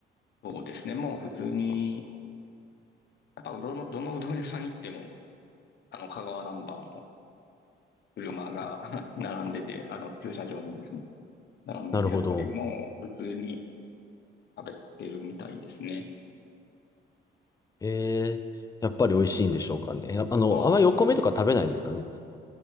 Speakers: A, on the left; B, on the left.
A: そうですね、もう普通に、やっぱうどんの、どのうどん屋さん行っても、あの、香川ナンバーの車が <laughs> 並んでて、あの、駐車場にですね、並んでて、
B: なるほど。
A: やっぱりもう普通に食べてるみたいですね。
B: えー、やっぱり美味しいんでしょうかね。やっぱあの、
A: そうですね。
B: あんまりお米とか食べないんですかね。